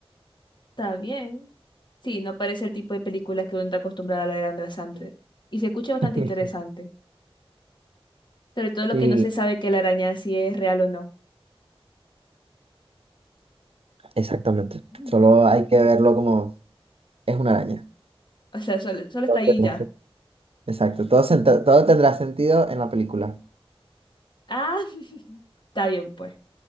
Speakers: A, on the left (about 50°); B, on the right (about 70°).
A: está bien. Sí, no parece el tipo de películas que uno está acostumbrado a ver de Andrea Sandler. Y se escucha bastante
B: <laughs>
A: interesante. Sobre todo lo
B: Sí,
A: que no se sabe que la araña si es real o no.
B: Exactamente.
A: Ujú.
B: solo
A: <laughs>
B: hay que verlo como es una araña.
A: O sea, solo, solo
B: Todo
A: está ahí
B: tendrá
A: y ya.
B: sen- Exacto, todo, senta- todo tendrá sentido en la película.
A: Ah, <laughs> está bien pues.